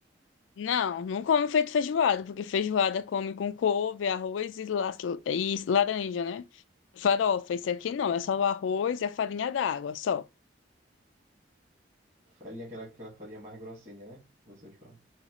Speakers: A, on the left (about 80°); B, on the right (about 35°).
A: Não, não come feito feijoada, porque feijoada come com couve, arroz e, la- e laranja, né? Farofa, esse aqui não, é só o arroz e a farinha d'água, só.
B: Farinha, aquela, aquela farinha mais grossinha, né? Que vocês falam.